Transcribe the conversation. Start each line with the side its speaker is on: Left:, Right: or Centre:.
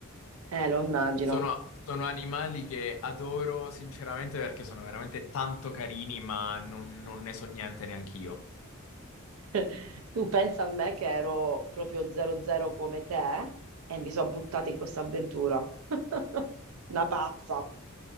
Right: eh, lo immagino.
Left: Sono, sono animali che adoro sinceramente perché sono veramente tanto carini, ma non, non ne so niente neanche io.
Right: <laughs> Tu pensa a me che ero proprio 00 come te e mi sono buttata in questa avventura. <laughs> Una pazza,